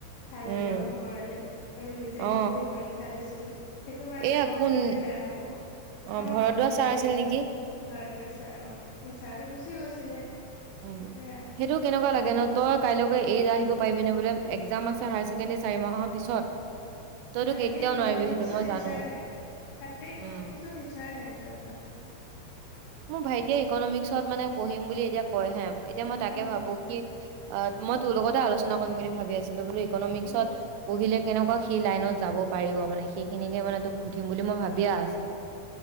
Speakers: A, on the left; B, on the right.
A: ফাইনেলৰ
B: উম
A: সময়লে আমি নিজেহে
B: অ
A: পঢ়ি পৰীক্ষা দিছিলো সেইটো মানে
B: এয়া
A: মই
B: কোন
A: কৰিলে বেয়া হব। অঁ
B: অ ভৰদ্বাজ
A: হেৰি
B: ছাৰ আছিল নেকি
A: ভৰদুৱাৰ চাৰ অঁহ ছাৰটো গুচি গৈছিলে
B: উম,
A: সেয়া
B: সেইটো কেনেকুৱা লাগে ন, তই কাইলৈকে এৰি যাই পাৰিবিনে বোলে এক্সাম আছে। হ ছেকেণ্ডী চাৰি মাহৰ পিছত তইতো
A: তাতে
B: কেতিয়াও
A: ইকনমিক্সৰ
B: নোৱাৰিবি সেইটো মই
A: টিচাৰ
B: জানো।
A: নাই। তাতে ইকনমিক্সৰ
B: উম,
A: টিচাৰ নাই তই ভাব
B: মোৰ ভাইটিয়ে ইকনমিক্সত মানে পঢ়িম বুলি এতিয়া কয় হে এতিয়া মই, তাকে
A: উম
B: ভাবো কি অ' মই তোৰ লগতে আলোচনা কৰিম বুলি ভাবি আছিলো, বুলি ইকনমিক্সত
A: উম
B: পঢ়িলে কেনেকুৱা সি লাইনত যাব পাৰিব মানে সেইখিনিকে মানে তোক সুধিম বুলি মই ভাবিযে আছিলো।